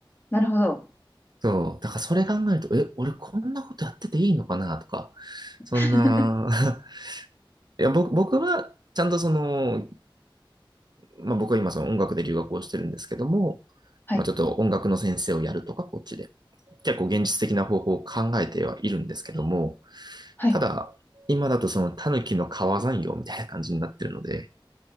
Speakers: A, on the left (about 20°); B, on the right (about 55°).
A: なるほど。
B: そう。だからそれ考えると、え、俺こんなことやってていいのかなとか、
A: <laughs>
B: そんな、<laughs> いや、僕、僕はちゃんとそのまあ僕は今その音楽で留学をしてるんですけども、
A: はい、
B: まあちょっと音楽の先生をやるとか、こっちで。結構現実的な方法を考えてはいるんですけども、
A: はい。
B: ただ、今だとそのタヌキの川山用みたいな感じになってるので、